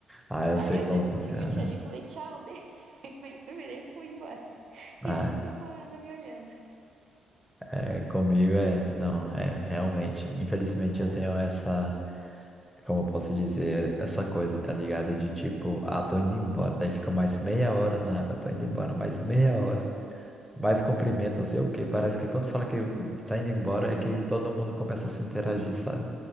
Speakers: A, in the centre; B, on the right.
A: Ah, eu
B: Aí
A: sei
B: eu
A: como
B: dei um
A: funciona.
B: tilt ali e falei, tchau, beijo. <laughs> E me virei e fui embora.
A: Ah,
B: E ela ficou parada me olhando.
A: é, comigo é. Não, é, realmente. Infelizmente
B: Ah,
A: eu tenho essa. Como eu posso dizer? Essa coisa, tá ligado? De tipo, ah, tô indo embora. Daí fica mais meia hora na água, tô indo embora, mais meia hora. Mais cumprimento, não sei o quê. Parece que quando fala que tá indo embora
B: vai
A: é que
B: embora.
A: todo mundo começa a se interagir, sabe?